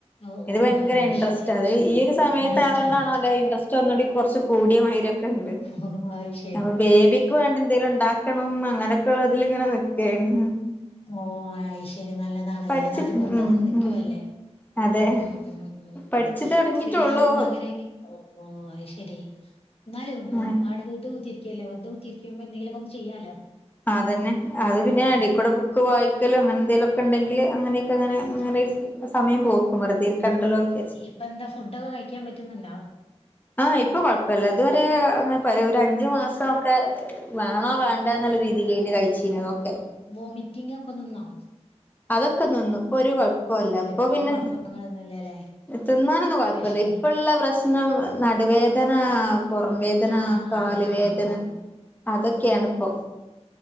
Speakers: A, on the left; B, on the left.
A: ഓ
B: ഇത്
A: ഓ
B: ഭയങ്കര
A: ആ അയ്ശരി
B: ഇൻട്രസ്റ്റ് അത് ഈ ഒരു സമയത്ത്
A: ഇൻട്രസ്റ്റ്
B: ആയതുകൊണ്ടാണോ
A: ആല്ലേ
B: അല്ല ഇട്രസ്റ്റ് ന്നുകടി കുറച്ച് കൂടിയ മാര്യൊക്കെ ഉണ്ട്
A: ആഹ്
B: അപ്പൊ ബേബിക്ക് വേണ്ട എന്തേലും ഉണ്ടാക്കണം അങ്ങനെയൊക്കെ ഉള്ളതില് ഇങ്ങനെ നിക്കേണ്
A: ഓ ഐശ്ശര്യ നല്ലതാണല്ലേ
B: പഠിച്ച്
A: ഏതായാലും വെറുതെങ്ങനെ
B: ഉം
A: നൽക്കുവല്ലേ
B: ഉം അതെ
A: ഉം ഉം ഉം
B: പഠിച്ചു
A: ഉം
B: തുടങ്ങിട്ടുള്ളൂ
A: ഫ്രീ ആവുമ്പോ അങ്ങനെ ഓ അയ്ശെരി എന്നാലും
B: ഉം
A: ആവിടെ വീട്ട് കുത്തി ത്ലേ വെർതെക്കുത്തിരിക്കുമ്പോ എന്തെഒന്ന്ങ്കിലൊക്കെ ചെയ്യാലോ
B: അതന്നെ അത് പിന്നെ
A: ഉം
B: അടിക്കൂടെ ബുക്ക് വായിക്കലോ അങ്ങനെ എന്തേങ്കിലുംക്കെ ഉണ്ടെങ്കില് അങ്ങനെയൊക്കെ അങ്ങനെ അങ്ങനെ
A: ആ,
B: സമയം പോക്കും വെറുതെ ഇരികണ്ടല്ലോക്കണ്ടല്ലൊ
A: ഇപ്പൊ എന്താ ഫുഡൊക്കെ കഴിക്കാൻ പറ്റുന്നുണ്ടോ
B: ആഹ് ഇപ്പൊ കൊഴപ്പല്ല ഇത്വരെ ഒരു അഞ്ചു മാസൊക്കെ വേണോ വേണ്ടേ എന്നുള്ള രീതിലേന് കഴിച്ചീനതൊക്കെ
A: വോമിറ്റിംഗ് ഒക്കെ നിന്നോ
B: അതൊക്കെ നിന്നു ഇപ്പൊ ഒരുകൊ കുഴപ്പല്ലേ
A: അതെല്ലേ
B: അപ്പൊ
A: ഇപ്പൊ
B: പിന്നെ
A: കൊഴപ്പങ്ങളൊന്നുമില്ലല്ലേ
B: തിന്നാനൊന്നും കുഴപ്പല്ല
A: അയ്ശരി
B: ഇപ്പള്ള പ്രശ്ന ന നടുവേദനാ പുറം വേദന
A: ആഹ്
B: കാല്
A: ആഹ് ആഹ്
B: വേദന അതൊക്കെയാണ് ഇപ്പൊ